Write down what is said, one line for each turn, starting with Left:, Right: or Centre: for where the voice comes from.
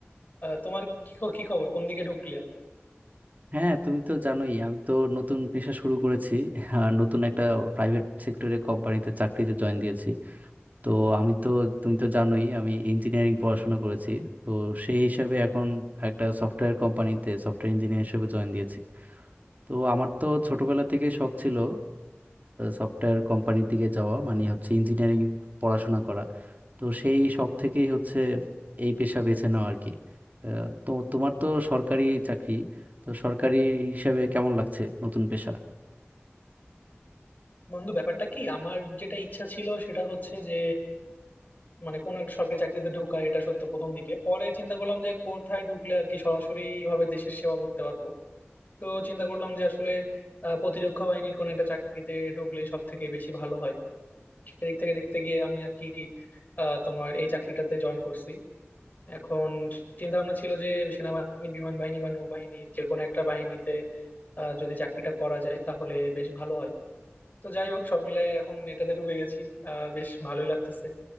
Left: আহ, তোমার কি খ- কি খবর কোন দিকে ঢুকলিয়া
Right: হ্যাঁ তুমি তো জানোই আমি তো নতুন পেশা শুরু করেছি আর নতুন একটা প্রাইভেট সেক্টরে কোম্পানিতে চাকরিতে জয়েন দিয়েছি তো আমি তো তুমি তো জানোই আমি ইঞ্জিনিয়ারিং পড়াশোনা করেছি তো সেই হিসাবে এখন একটা সফটওয়্যার কোম্পানিতে সফটওয়্যার ইঞ্জিনিয়ার হিসেবে জয়েন দিয়েছি তো আমার তো ছোটবেলা থেকে শখ ছিল সফটওয়্যার কোম্পানির দিকে যাওয়া মানে হচ্ছে ইঞ্জিনিয়ারিং পড়াশোনা করা তো সেই শখ থেকেই হচ্ছে এই পেশা বেছে নেওয়া আর কি আহ, তো তোমার তো সরকারি চাকরি তো সরকারি হিসাবে কেমন লাগছে নতুন পেশা
Left: বন্ধু ব্যাপারটা কি আমার যেটা ইচ্ছা ছিল সেটা হচ্ছে যে মানে কোন একটা সরকারি চাকরিতে ঢোকা এটা সত্য প্রথম দিকে পরে চিন্তা করলাম যে কোথায় ঢুকলে আর কি সরাসরি ভাবে দেশের সেবা করতে পারবো তো চিন্তা করলাম যে আসলে আহ, প্রতিরক্ষা বাহিনীর কোন একটা চাকরিতে ঢুকলেই সব থেকে বেশি ভালো হয় সেদিক থেকে দেখতে গিয়ে আমি আর কি আহ, তোমার এই চাকরিটাতে জয়েন করছি এখন চিন্তা ভাবনা ছিল যে সেনাবাহিনী বিমান বাহিনী বা নৌবাহিনী যে কোনো একটা বাহিনীতে আহ, যদি চাকরিটা করা যায় তাহলে বেশ ভালো হয় তো যাই হোক সব মিলাই এখন এটাতে ঢুকে গেছি আহ বেশ ভালোই লাগতেছে